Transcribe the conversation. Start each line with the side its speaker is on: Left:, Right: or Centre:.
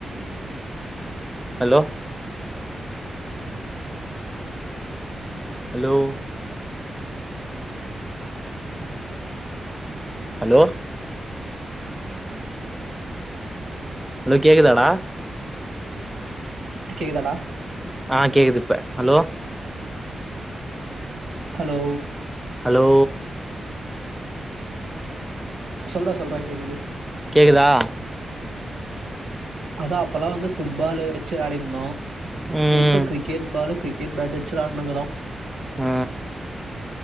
Centre: ஹலோ ஹலோ ஹலோ ஹலோ கேக்குதாடா
Right: கேக்குதடா
Centre: ஆஹ கேக்குது இப்ப ஹலோ
Right: ஹலோ
Centre: ஹலோ
Right: சொல்றா சொல்றா கேக்குது
Centre: கேக்குதா
Right: அதா அப்பல்லா வந்து ஃபுட் பாலு வெச்சு ஆடிருந்தோ
Centre: ம்
Right: எப்ப கிரிக்கெட் பால்லு கிரிக் க்கேட் பேட் வெச்சு வெளையாண் இருக்குறோ
Centre: அ